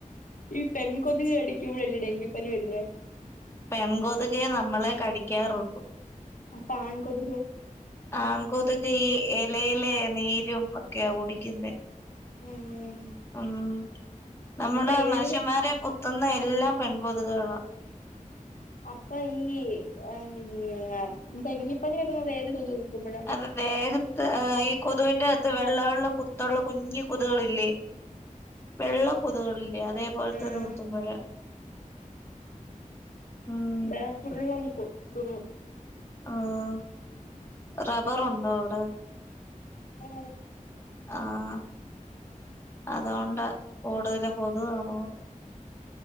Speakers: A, on the left; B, on the left.
A: ഈ പെൺ കൊതുക് കടിക്കുമ്പോഴല്ലേ ഡെങ്കി പനി വരുന്നേ
B: പെൺ കൊതുകേ നമ്മളെ കടിക്കാറുള്ളൂ
A: അപ്പ ആൺ കൊതുക്
B: ആൺ കൊതുക് ഈ ഇലയിലെ നീരും ഒക്കെയാ കുടിക്കുന്ന
A: ഉം
B: ഉം നമ്മുടെ
A: അപ്പൊ ഏത്
B: മനുഷ്യന്മാരെ കുത്തുന്ന എല്ലാം പെൺകൊതുകുകളാ
A: അപ്പൊ ഈ ഏ മ്മ് ഡെങ്കിപ്പനി വരുന്നത് ഏത് കൊതു കുത്തുമ്പഴാ
B: അത് ദേഹത്ത് ഈ കൊതുവിന്റെ അകത്ത് വെള്ള വെള്ള കുത്തുള്ള കുഞ്ഞ് കൊതുകളില്ലേ വെള്ള കൊതുകളില്ലേ അതേ പോലത്തത്
A: ആഹ്
B: കുത്തുമ്പഴാ ഉം
A: രാത്രി വന്ന് കുത്തുന്ന്‌
B: ആഹ് റബ്ബറുണ്ടോ അവിടെ?
A: ഉം
B: ആഹ് അതുകൊണ്ടാ കൂടുതലും കൊതുക് കാണും അവ്ടെ